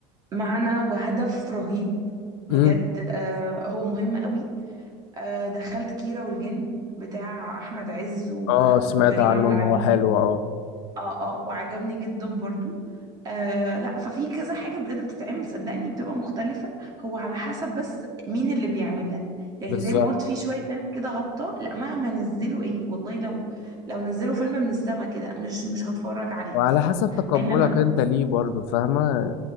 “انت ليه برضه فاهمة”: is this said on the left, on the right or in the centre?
Left